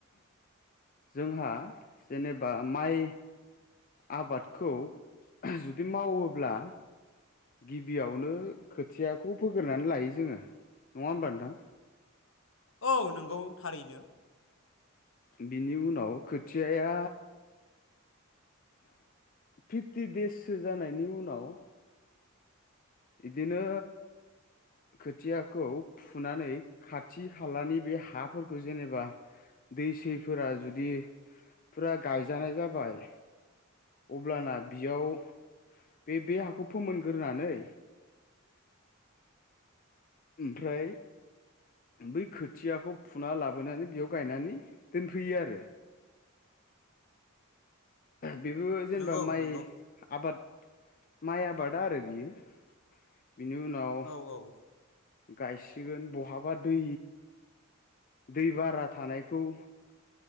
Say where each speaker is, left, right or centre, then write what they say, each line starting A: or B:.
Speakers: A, on the left; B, on the left.
A: जोंहा जेनेबा माइ आबादखौ जुदि मावोब्ला गिबियावनो खोथियाखौ फोग्रोनानै लायो जोङो। नङा होम्बा नोंथां।
B: औ नोंगौ थारैनो।
A: बिनि उनाव खोथियाया फिफ्टि देससो जानायनि उनाव इदिनो खोथियाखौ फुनानै खाथि खालानि बे हाफोरखौ जेनेबा दै सैफोरा जुदि फुरा गायजानाय जाबाय अब्लाना बियाव बे बे हाखौ फोमोनग्रोनानै ओमफ्राय बै खोथियाखौ फुना लाबोनानै बियाव गायनानै दोनफैयो आरो। बेबो जेनेबा
B: नंगौ
A: माइ
B: नंगौ
A: आबाद माइ आबादा आरो बियो बिनि उनाव
B: औ औ
A: गायसिगोन बहाबा दै दै बारा थानायखौ